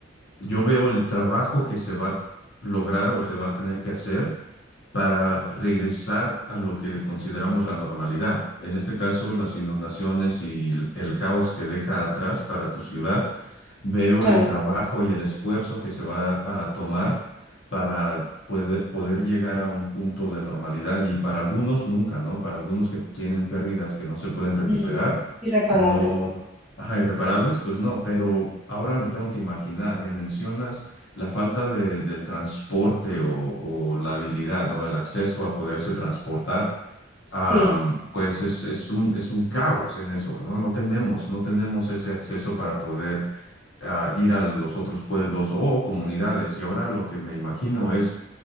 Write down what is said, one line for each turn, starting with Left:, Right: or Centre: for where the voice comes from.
Left: yo veo el trabajo que se va a lograr o se va a tener que hacer para regresar a lo que consideramos la normalidad. En este caso, las inundaciones y el, el caos que deja atrás para tu ciudad. Veo
Centre: claro.
Left: el trabajo y el esfuerzo que se va a tomar para puede- poder llegar a un punto de normalidad y para algunos nunca, ¿no? Para algunos que tienen pérdidas que no se pueden recuperar,
Centre: Mm, Irreparable,
Left: no,
Centre: sí.
Left: ajá, irreparables, pues no, pero ahora me tengo que imaginar, me mencionas la falta de- del transporte o, o la habilidad, ¿no? El acceso a poderse transportar,
Centre: Sí,
Left: am, pues es, es un, es un caos en eso, ¿no? No tenemos, no tenemos ese acceso para poder a ir a los otros pueblos o comunidades. Y ahora lo que me imagino es,